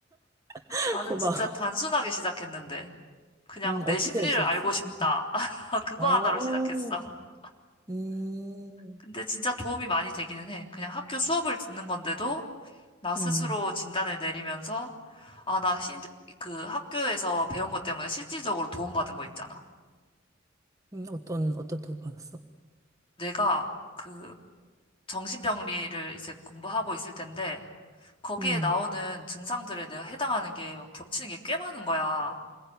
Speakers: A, on the right (about 15°); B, on the left (about 30°).
A: <laughs>
B: 나는
A: 고마워.
B: 진짜 단순하게 시작했는데, 그냥
A: 음,
B: 내
A: 어떻게
B: 심리를
A: 시작했어?
B: 알고 싶다.
A: 음, 음.
B: 아, 그거
A: 어,
B: 하나로 시작했어. <laughs>
A: 음,
B: 근데 진짜 도움이 많이 되기는 해. 그냥 학교 수업을 듣는 건데도 나 스스로
A: 음,
B: 진단을 내리면서 아, 나 신, 그 학교에서 배운 것 때문에 실질적으로 도움받은 거 있잖아.
A: 음, 어떤, 어떤 도움 받았어?
B: 내가 그 정신병리를 이제 공부하고 있을 텐데 거기에
A: 음,
B: 나오는 증상들에 내가 해당하는 게 막 겹치는 게 꽤 많은 거야.